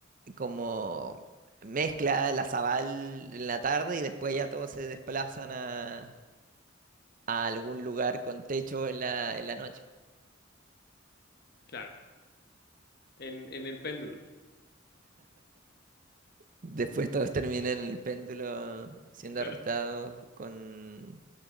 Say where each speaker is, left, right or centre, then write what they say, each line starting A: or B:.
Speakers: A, on the right; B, on the left.
A: como mezcla la Zabal en la tarde y después ya todos se desplazan a, a algún lugar con techo en la, en la noche.
B: Claro. en, en el péndulo,
A: Después todos terminan en el péndulo siendo
B: claro.
A: arrestados con,